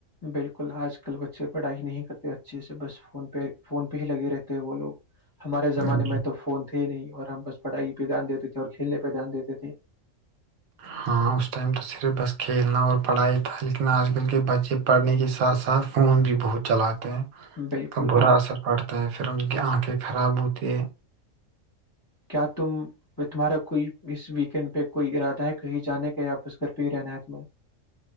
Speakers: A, on the left; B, on the right.
A: بالکل آج کل بچے پڑھائی نہیں کرتے اچھے سے بس فون پہ فون پہ ہی لگے رہتے ہیں وہ لوگ ہمارے زمانے
B: ہوں۔
A: میں تو فون تھے ہی نہیں اور ہم بس پڑھائی پہ دھیان دیتے تھے اور کھیلنے پہ دھیان دیتے تھے
B: ہاں اس ٹائم تو صرف بس کھیلنا اور پڑھا ہی تھا لیکن آج کل کے بچے پڑھنے کے ساتھ ساتھ فون بھی بہت چلاتے
A: بالکل
B: تو
A: بالکل
B: برا اثر پڑتا ہے پھر ان کی آنکھ کے خراب ہوتے ہے
A: کیا تم تمہارا کوئی اس ویکینڈ پہ کوئی ارادہ ہے کہیں جانے کا یاپس گھر پہ ہی رہنایت میں